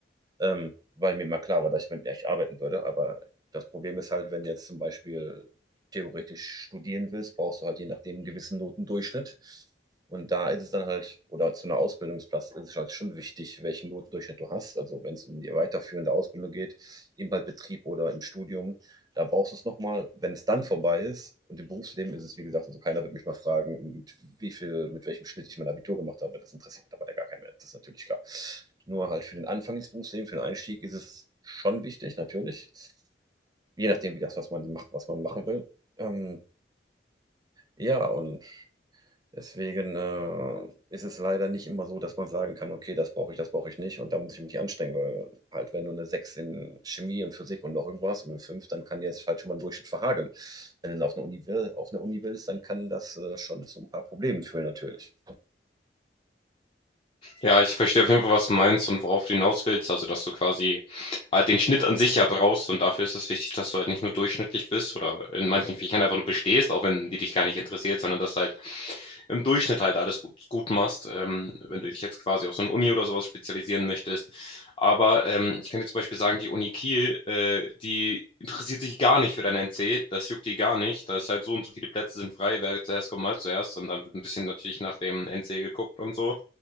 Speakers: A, on the right; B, on the left.
A: ähm, weil mir mal klar war, dass ich damit echt arbeiten würde. Aber das Problem ist halt, wenn du jetzt zum Beispiel theoretisch studieren willst, brauchst du halt je nachdem einen gewissen Notendurchschnitt. Und da ist es dann halt, oder zu einer Ausbildungsplatz ist es halt schon wichtig, welchen Notendurchschnitt du hast. Also wenn es um die weiterführende Ausbildung geht, im halt Betrieb oder im Studium, da brauchst du es nochmal, wenn es dann vorbei ist. Und im Berufsleben ist es, wie gesagt, also keiner wird mich mal fragen, mit wie viel, mit welchem Schnitt ich mein Abitur gemacht habe. Das interessiert mittlerweile gar keinen mehr. Das ist natürlich klar. Nur halt für den Anfang ins Berufsleben, für den Einstieg ist es schon wichtig, natürlich. Je nachdem, wie das, was man macht, was man machen will. Ähm, ja, und Deswegen äh, ist es leider nicht immer so, dass man sagen kann, okay, das brauche ich, das brauche ich nicht und da muss ich mich nicht anstrengen, weil halt wenn du eine 6 in Chemie und Physik und noch irgendwo hast und eine 5, dann kann dir das halt schon mal einen Durchschnitt verhageln. Wenn du auf eine Uni, will, auf eine Uni willst, dann kann das äh, schon zu ein paar Problemen führen natürlich.
B: Ja, ich verstehe auf jeden Fall, was du meinst und worauf du hinaus willst, also dass du quasi halt den Schnitt an sich ja brauchst und dafür ist es wichtig, dass du halt nicht nur durchschnittlich bist oder in manchen Fächern einfach nur bestehst, auch wenn die dich gar nicht interessiert, sondern dass du halt im Durchschnitt halt alles gut, gut machst, ähm, wenn du dich jetzt quasi auf so eine Uni oder sowas spezialisieren möchtest. Aber ähm, ich kann dir zum Beispiel sagen, die Uni Kiel, äh, die interessiert sich gar nicht für dein NC, das juckt die gar nicht. Da ist halt so und so viele Plätze sind frei, wer zuerst kommt, mal zuerst. Und dann wird ein bisschen natürlich nach dem NC geguckt und so.